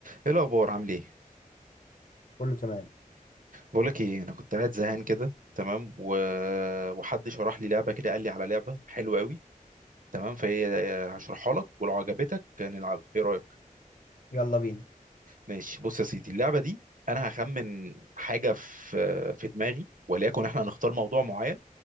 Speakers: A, on the right; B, on the left.
A: ايه الاخبار عامل ايه
B: كله تمام
A: بقول لك ايه انا كنت قاعد زهقان كده تمام و... وحد شرح لي لعبه كده قال لي على لعبه حلوه قوي تمام فهي هشرحها لك ولو عجبتك نلعبها ايه رايك
B: يلا بينا
A: ماشي بص يا سيدي اللعبه دي انا هخمن حاجه في في دماغي وليكن احنا هنختار موضوع معين